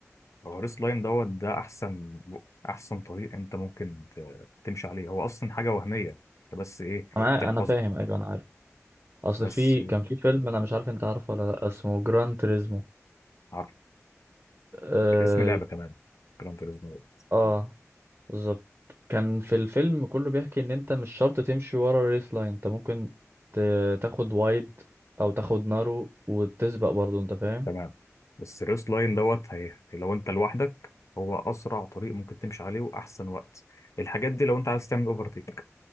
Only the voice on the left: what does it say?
هو الريس لاين دوت ده احسن احسن طريق انت ممكن ت- تمشي عليه هو اصلا حاجه وهميه انت بس ايه
بتحفظها
بس
عارف
اسم لعبه كمان جراند توريزمو.
تمام بس الريست لاين دوت هي لو انت لوحدك هو اسرع طريق ممكن تمشي عليه واحسن وقت الحاجات دي لو انت عايز تعمل اوفرتيك